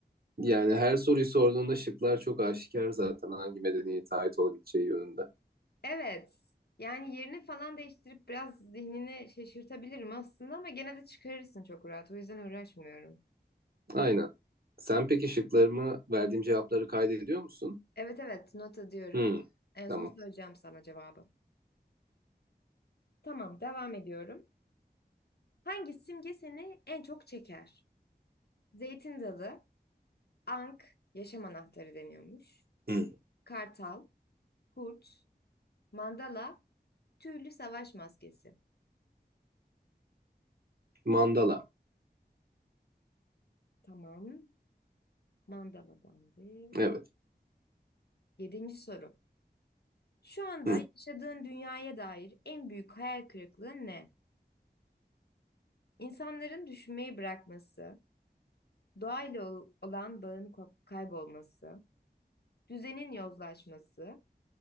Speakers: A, on the right; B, on the left.
A: Yani her soruyu sorduğunda şıklar çok aşikar zaten hangi medeniyete ait olabileceği yönünde.
B: Evet. Yani yerini falan değiştirip biraz zihnini şaşırtabilirim aslında ama gene de çıkarırsın çok rahat. O yüzden uğraşmıyorum.
A: Aynen. Sen peki şıklarımı verdiğim cevapları kaydediyor musun?
B: Evet evet nota diyorum.
A: Hmm,
B: En
A: tamam.
B: son söyleyeceğim sana cevabı. Tamam devam ediyorum. Hangi simge seni en çok çeker? Zeytin dalı, Ank yaşam anahtarı deniyormuş.
A: Hı,
B: Kartal, kurt, mandala, tüylü savaş maskesi.
A: Mandala.
B: Tamam. Mandaladan bir.
A: Evet.
B: Yedinci soru. Şu anda
A: hı.
B: yaşadığın dünyaya dair en büyük hayal kırıklığı ne? İnsanların düşünmeyi bırakması, doğayla ol- olan bağın ko- kaybolması, düzenin yozlaşması,